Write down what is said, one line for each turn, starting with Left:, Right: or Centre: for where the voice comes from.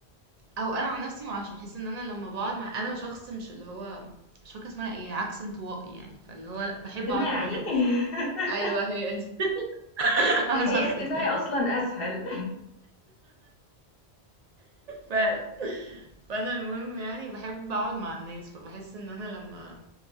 Right: او انا عن نفسي معرفش بحس ان انا لما بقعد مع انا شخص مش اللي هو مش فاكرة اسمها ايه عكس انطوائي يعني فاللي هو بحب
Left: اجتماعي
Right: اقعد مع الناس
Left: <laughs>
Right: ايوه هي دي <laughs> على
Left: هي
Right: شخصك
Left: اجتماعي
Right: ده
Left: أصلًا أسهل،
Right: فعلا <laughs> فانا المهم يعني بحب اقعد مع الناس فبحس ان انا لما